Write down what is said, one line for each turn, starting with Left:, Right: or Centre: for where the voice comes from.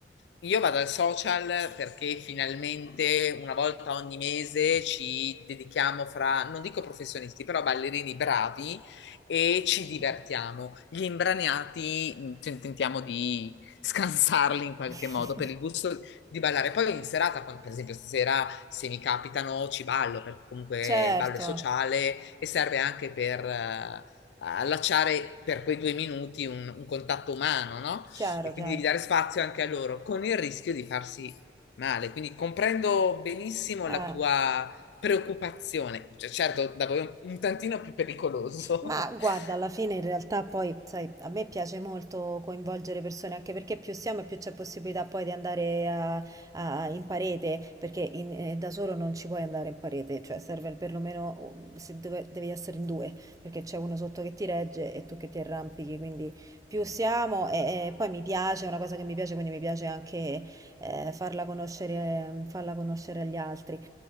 Left: io vado al social perché finalmente una volta ogni mese ci dedichiamo fra, non dico professionisti, però ballerini bravi e ci
Right: Mm-mm.
Left: divertiamo. Gli imbraniati mh, ten- tentiamo di scansarli in qualche
Right: <laughs>
Left: modo per il gusto di ballare. Poi in serata, quando- per esempio stasera, se mi capitano ci ballo perché comunque
Right: Certo,
Left: il ballo è sociale e serve anche per, eh, allacciare per quei due minuti un, un contatto umano, no?
Right: chiaro,
Left: E quindi
Right: chiaro.
Left: devi dare spazio anche a loro, con il rischio di farsi male. Quindi comprendo benissimo
Right: Eh.
Left: la tua preoccupazione. Cioè, certo, da voi è un, un tantino più pericoloso,
Right: Ma
Left: <laughs>
Right: guarda, alla fine in realtà poi, sai, a me piace molto coinvolgere persone, anche perché più siamo e più c'è possibilità poi di andare a- a- in parete, perché in- eh, da solo non ci puoi andare in parete, cioè serve perlomeno um, se dove- devi essere in due, perché c'è uno sotto che ti regge e tu che ti arrampichi, quindi più siamo e, e poi mi piace, è una cosa che mi piace, quindi mi piace anche eh, farla conoscere, farla conoscere agli altri.